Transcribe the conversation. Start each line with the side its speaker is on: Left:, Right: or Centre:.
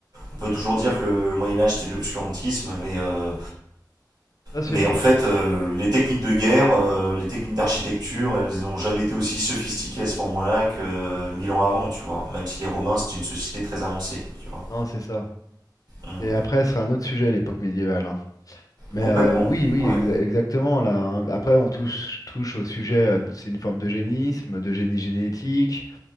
Right: On peut toujours dire que le Moyen-Âge, c'était de l'obscurantisme, mais euh,
Left: Ça, c'est
Right: Mais
Left: faux.
Right: en fait, euh, les techniques de guerre, euh, les techniques d'architecture, elles n'ont jamais été aussi sophistiquées à ce moment-là que euh, mille ans avant, tu vois. Même si les Romains, c'était une société très avancée, tu vois.
Left: Non, c'est ça.
Right: Mm.
Left: Et après, ce sera un autre sujet, l'époque médiévale. hein. Mais
Right: Complètement,
Left: euh, oui, oui,
Right: ouais.
Left: exa- exactement. Là, hein. Après, on touche, touche au sujet, euh, c'est une forme d'eugénisme, de génie génétique.